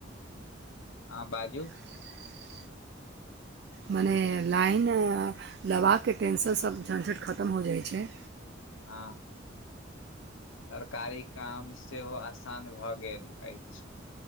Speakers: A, on the left (about 85°); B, on the right (about 55°).
A: हँ बाजू
B: <inaudible> मने लाइन लेबाकेँ टेंशन सभ झंझट खतम हो जाइ छै
A: हँ सरकारी काम सेहो आसान भऽ गेल अछि